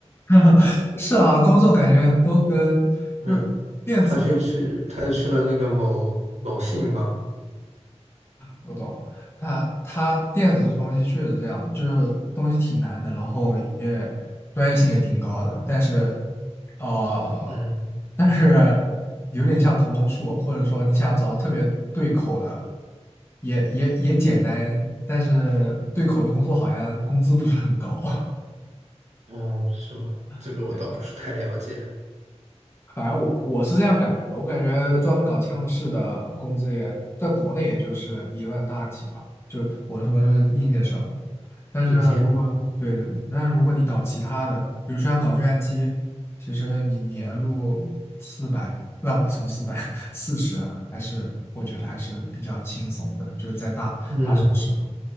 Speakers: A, on the left; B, on the right.
A: <laughs> 是啊，工作感觉都跟就是电子，
B: <laughs> 没有，他就去他去了那个某某信嘛，
A: 嗯，我懂了。它它电子这东西确实这样，就是东西挺难的，然后也专业性也挺高的，但是呃，
B: 嗯。
A: 但是有点像屠龙术，或者说你想找到特别对口的，也也也简单，但是对口的工作好像工资不是很高。
B: 哦，是吗？
A: <laughs>
B: 这个我倒不是太了解。
A: 对。反正我我是这样感觉的，我感觉专门搞嵌入式的工资也在国内也就是一万大几吧，就我说是应届生啊。但是如果对对对，
B: 硬件，
A: 但是如果你搞其他的，比如说像搞计算机，其实你年入四百，不不什么四百四十，四十啊还是我觉得还是比较轻松的，就是在大大城市嘛。
B: 嗯，